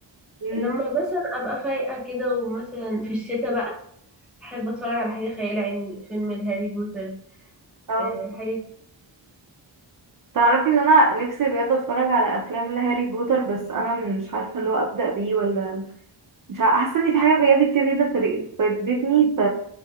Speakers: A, on the right; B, in the centre.
A: مم.
B: لما مثلا ابقى فايقه كده ومثلا في الشتاء بقى احب اتفرج على حاجه خيال علمي فيلم الهاري بوتر
A: اه
B: آه، حاجة
A: تعرفي ان انا نفسي بجد اتفرج على افلام لهاري بوتر بس انا مش عارفه اللي هو ابدا بيه ولا مش عارفه حاسه ان في حاجات بجد كتير جدا فر- فاتتني ف-